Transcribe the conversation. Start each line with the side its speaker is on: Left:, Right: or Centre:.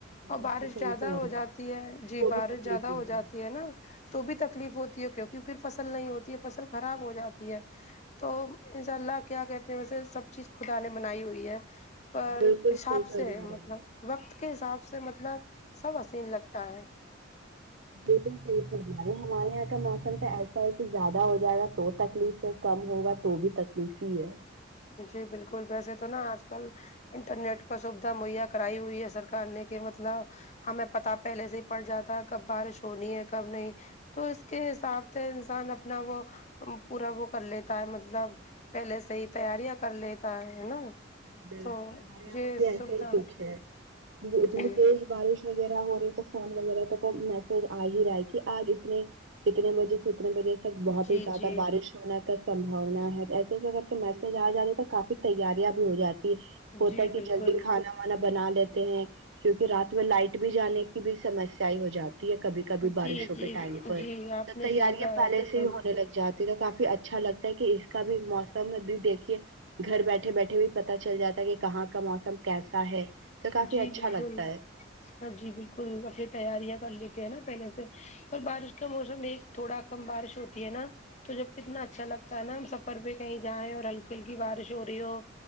Left: اور
Right: میں
Left: بارش
Right: بھی صحیح
Left: زیادہ
Right: کہہ
Left: ہو
Right: رہے ہیں
Left: جاتی ہے جی
Right: وہ بھی
Left: بارش
Right: تکلیف
Left: زیادہ
Right: ہوتی
Left: ہو جاتی ہے نا تو بھی تکلیف ہوتی ہے کیونکہ پھر فصل نہیں ہوتی ہے فصل خراب ہو جاتی ہے تو انشاء اللہ کیا کہتے ہیں ویسے سب چیز خدا نے بنائی ہوئی ہے پر
Right: بالکل
Left: حساب
Right: صحیح فرما
Left: سے
Right: رہی
Left: مطلب
Right: ہیں
Left: وقت کے حساب سے مطلب سب حسین لگتا ہے
Right: بالکل صحیح فرما رہے ہے ہمارے یہاں کا موسم تو ایسا ہے کہ زیادہ ہو جائے گا تو تکلیف کم ہوگا تو بھی تکلیف ہی ہے
Left: جی بالکل ویسے تو نا آج کل انٹرنیٹ پر سویدھا مہیا کرائی ہوئی ہے سرکار نے کہ مطلب ہمیں پتا پہلے سے ہی پڑ جاتا ہے کب بارش ہونی ہے کب نہیں تو اس کے حساب سے انسان اپنا وہ پورا وہ کر لیتا ہے مطلب پہلے سے ہی تیاریاں کر لیتا ہے ہے نا
Right: بالکل
Left: تو
Right: ہمارے یہاں
Left: یہ
Right: پر بھی ایسا
Left: سویدھا
Right: ہی کچھ ہے اتنی
Left: جی
Right: تیز بارش وغیرہ ہو رہی تو فون وغیرہ تو تو میسج آ ہی رہا ہے کہ آج اتنے اتنے بجے سے اتنے بجے بہت
Left: جی
Right: ہی زیادہ
Left: جی
Right: بارش ہونے کا سمباونا ہے ایسے اگر کے میسج آ جاتے تو کافی تیاری ہو جاتی ہے ہوتا
Left: جی
Right: ہے کہ
Left: بالکل
Right: جلدی کھانا وانا بنا لیتے ہیں کیونکہ رات میں لائٹ بھی جانے کی بھی سمسیا ہو جاتی ہے کبھی کبھی بارشوں
Left: جی جی
Right: کے ٹائم پر
Left: جی آپ
Right: تو
Left: نے
Right: تیاریاں
Left: صحیح کہا
Right: پہلے
Left: ہے بالکل
Right: سے ہی ہونے لگ جاتی کافی اچھا لگتا ہے کہ اس کا بھی موسم بھی دیکھیے گھر بیٹھے بیٹھے بھی پتا چل جاتا ہے کہ کہاں کا موسم کیسا ہے تو کافی
Left: جی
Right: اچھا
Left: بالکل
Right: لگتا ہے
Left: ہاں جی بالکل اپنی تیاریاں کر لیتی ہے نا پہلے سے اور بارش کا موسم ایک تھوڑا کم بارش ہوتی ہے نا تو جب کتنا اچھا لگتا ہے نا ہم سفر پہ کہیں جائیں اور ہلکی ہلکی بارش ہو رہی ہو